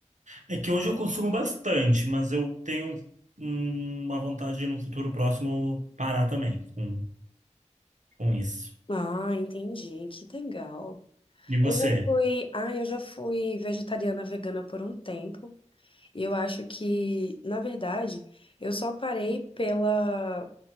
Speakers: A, on the right; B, on the left.
A: É que hoje eu consumo bastante, mas eu tenho hum, uma vontade de no futuro próximo parar também com, com isso.
B: Ah, entendi. Que legal.
A: E você?
B: Eu já fui, ah, eu já fui vegetariana vegana por um tempo. E eu acho que, na verdade, eu só parei pela